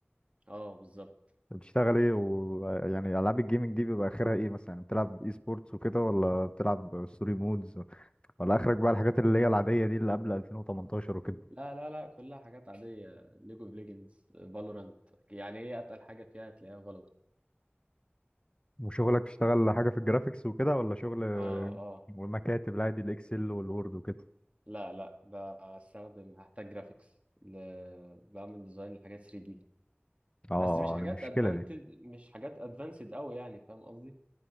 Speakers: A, on the right; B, on the left.
A: اه بالظبط
B: بتشتغل ايه ويعني العاب الجيمنج دي بيبقى اخرها ايه مثلا؟ يعني بتلعب اي سبورتس وكده ولا بتلعب ستوري مودز ولا اخرك بقى الحاجات اللي هي العادية دي اللي قبل 2018 وكده
A: لا لا لا كلها حاجات عادية ليج اوف ليجندز فالورانت يعني ايه اتقل حاجة فيها تلاقيها فالورانت
B: وشغلك بتشتغل حاجة في الجرافيكس وكده ولا شغل
A: اه اه
B: ومكاتب العادي الاكسل والوورد وكده؟
A: لا لا بستخدم هحتاج جرافيكس ل... بعمل ديزاين لحاجات 3 دي
B: اه آه،
A: بس مش حاجات
B: آه، المشكلة
A: ادفانتد
B: دي
A: مش حاجات ادفانسد قوي يعني فاهم قصدي